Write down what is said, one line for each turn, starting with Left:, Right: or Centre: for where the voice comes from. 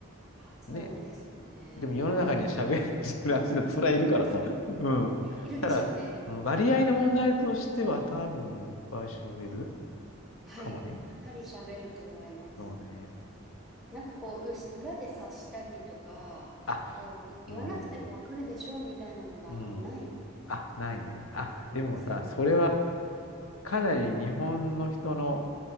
Centre: そうですね。
Left: ね。でも世の中には喋れない人らしいだってそれはいるからさ。
Centre: うん、
Left: <laughs> うん。
Centre: いるでしょうね。
Left: ただ、うん割合の問題としては多分いっぱい喋る
Centre: はい、
Left: かもね。
Centre: かなり喋ると思います。
Left: そうね。
Centre: うんなんかこう、うし裏で察したりとか、
Left: あ、
Centre: こう、言わなくてもわかるでしょうみたいなのがない
Left: うん。うん。あ、ないね。あ、でもさ、
Centre: んですよ。
Left: それはかなり日本の人の